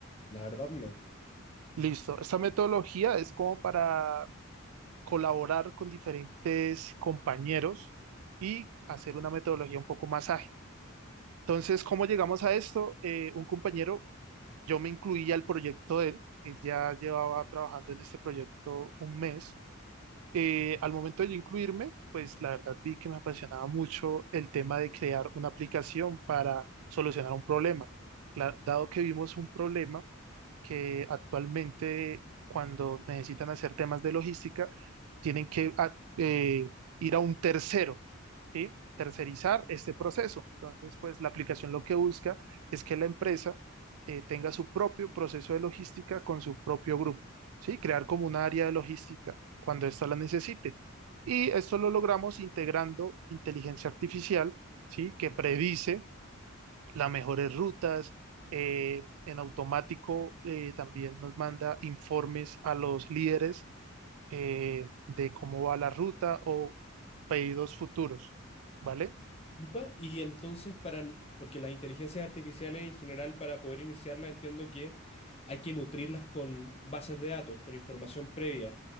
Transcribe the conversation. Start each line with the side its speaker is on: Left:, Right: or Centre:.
Left: La verdad, no.
Right: Listo. Esta metodología es como para colaborar con diferentes compañeros y hacer una metodología un poco más ágil. Entonces, ¿cómo llegamos a esto? Eh, un compañero, yo me incluía al proyecto de él, él ya llevaba trabajando en este proyecto un mes. Eh, al momento de yo incluirme, pues la verdad vi que me apasionaba mucho el tema de crear una aplicación para solucionar un problema. Cla- dado que vimos un problema, que actualmente cuando necesitan hacer temas de logística, tienen que a- eh, ir a un tercero, ¿sí? Tercerizar este proceso. Entonces, pues la aplicación lo que busca es que la empresa eh, tenga su propio proceso de logística con su propio grupo, ¿sí? Crear como un área de logística cuando ésta la necesite. Y esto lo logramos integrando inteligencia artificial, ¿sí? Que predice las mejores rutas. eh, en automático eh, también nos manda informes a los líderes eh, de cómo va la ruta o pedidos futuros, ¿vale?
Left: Epa, Y entonces, para, porque las inteligencias artificiales en general, para poder iniciarlas, entiendo que hay que nutrirlas con bases de datos, con información previa.